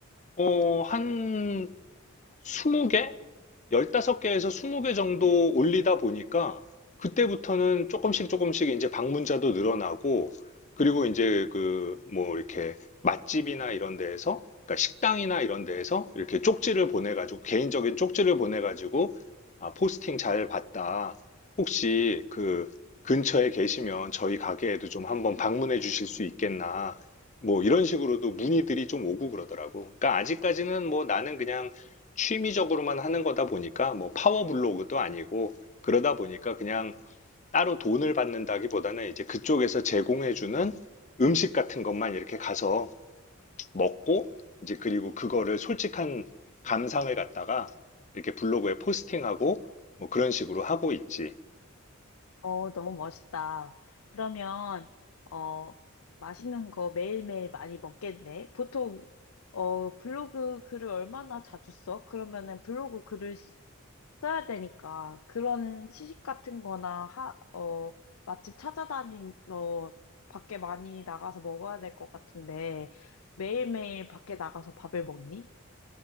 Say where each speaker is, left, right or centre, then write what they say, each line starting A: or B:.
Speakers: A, on the left; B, on the left.
A: 어, 한 20개? 15개에서 20개 정도 올리다 보니까 그때부터는 조금씩 조금씩 이제 방문자도 늘어나고 그리고 이제 그 뭐 이렇게 맛집이나 이런 데에서 그러니까 식당이나 이런 데에서 이렇게 쪽지를 보내가지고 개인적인 쪽지를 보내가지고 아, 포스팅 잘 봤다. 혹시 그 근처에 계시면 저희 가게에도 좀 한번 방문해 주실 수 있겠나. 뭐 이런 식으로도 문의들이 좀 오고 그러더라고. 그러니까 아직까지는 뭐 나는 그냥 취미적으로만 하는 거다 보니까 뭐 파워 블로그도 아니고 그러다 보니까 그냥 따로 돈을 받는다기보다는 이제 그쪽에서 제공해주는 음식 같은 것만 이렇게 가서 먹고 이제 그리고 그거를 솔직한 감상을 갖다가 이렇게 블로그에 포스팅하고 뭐 그런 식으로 하고 있지.
B: 어, 너무 멋있다. 그러면, 어, 맛있는 거 매일매일 많이 먹겠네. 보통, 어, 블로그 글을 얼마나 자주 써? 그러면은 블로그 글을 쓰- 써야 되니까 그런 시식 같은 거나 하, 어, 맛집 찾아다니러 밖에 많이 나가서 먹어야 될 것 같은데 매일매일 밖에 나가서 밥을 먹니?